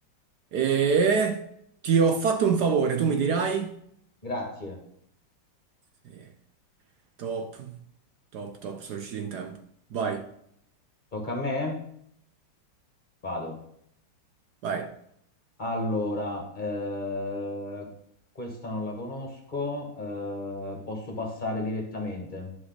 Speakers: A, on the right; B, on the left.
A: e ti ho fatto un favore, tu mi dirai?
B: Grazie.
A: Sì. Top, top, top, sono riuscito in tempo. Vai,
B: Tocca a me? Vado.
A: vai.
B: Allora, eh, questa non la conosco, eh, posso passare direttamente.